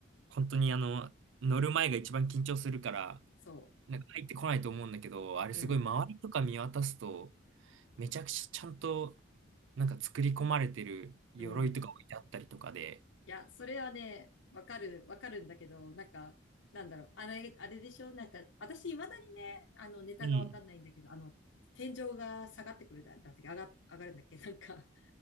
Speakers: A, on the right; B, on the left.
A: 本当にあの、乗る前が一番緊張するから、
B: そ
A: なんか入ってこないと思うんだけど、あれすごい周りとか見渡すと、
B: う。うん、
A: めちゃくちゃちゃんと、なんか作り込まれてる鎧とか置いてあったりとかで、
B: うん。いや、それはね、わかる、わかるんだけど、なんか、なんだろう、あれ、あれでしょなんか、私、未だにね、あの、ネタがわかんないんだけど、
A: うん。
B: あの、天井が下がってくるだ、だって、上が、上がるんだっけなんか、